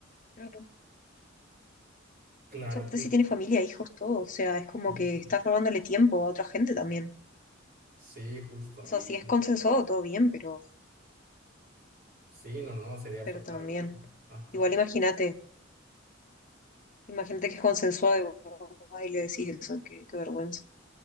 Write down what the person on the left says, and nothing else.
claro. O
sea, aparte
si tiene familia, hijos, todo, o sea, es como
que estás robándole tiempo a otra gente también.
O
sea, si es consensuado, todo bien, pero,
pero
también.
Igual imagínate, imagínate que es consensuado y vos vas y le decís eso, qué, qué vergüenza.